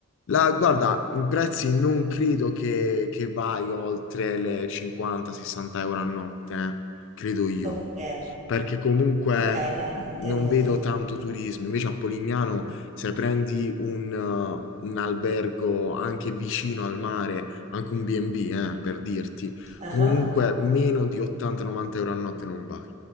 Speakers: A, on the left (about 60°); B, on the right (about 35°).
A: La, guarda, i prezzi non credo che, che vai oltre le 50-60 euro a notte, eh, credo io
B: Ok,
A: perché comunque
B: ok, dai, contenuto.
A: non vedo tanto turismo. Invece a Polignano, se prendi un, eh, un albergo anche vicino al mare, anche un B&B, eh, per dirti,
B: Ah
A: comunque
B: ah.
A: meno di 80-90 euro a notte non vai,